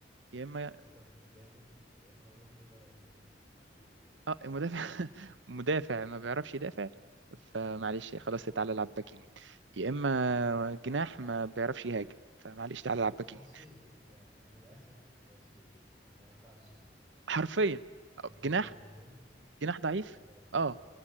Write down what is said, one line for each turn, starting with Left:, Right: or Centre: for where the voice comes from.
Right: يا اما
Centre: مدافع مش جامد يا اما وينج بقى ايه محدود يعني
Right: اه المدافع <laughs> مدافع ما بيعرفش يدافع فمعلش خلاص تعالى العب باك يمين يا اما جناح ما بيعرفش يهاجم فمعلش تعالى العب باك
Centre: فاسكيز
Right: يمين
Centre: يعني من الاخر فاسكيز يعني ما نفعش في ال-
Right: حرفيا
Centre: في مركز
Right: آه، جناح
Centre: الوينج
Right: جناح ضعيف
Centre: ف- فلا باك
Right: اه